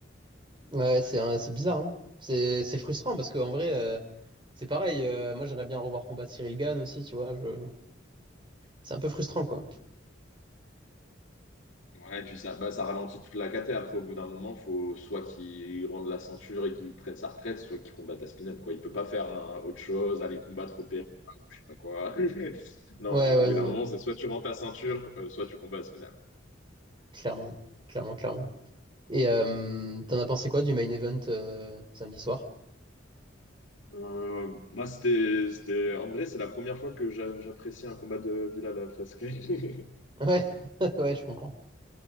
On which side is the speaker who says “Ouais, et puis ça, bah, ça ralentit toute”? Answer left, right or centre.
Left